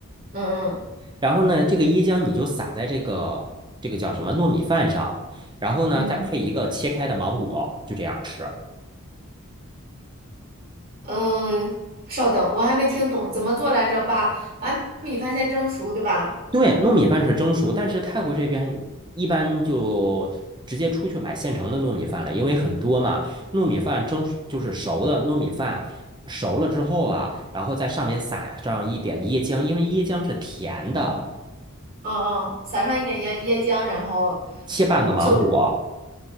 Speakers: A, on the right (about 45°); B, on the right (about 20°).
A: 嗯嗯
B: 然后呢，这个椰浆你就撒在这个这个叫什么糯米饭上，然后呢，
A: 嗯
B: 再配一个切开的芒果，就这样吃。
A: 嗯，稍等，我还没听懂怎么做来着。把把米饭先蒸熟，对吧？
B: 对，糯米饭是蒸熟，但是泰国这边一般就直接出去买现成的糯米饭了，因为很多嘛，糯米饭蒸熟就是熟的糯米饭，熟了之后啊，然后在上面撒上一点椰浆，因为椰浆是甜的，
A: 嗯嗯，撒上一点椰椰浆，然后，
B: 切半个芒果，
A: 呃，就着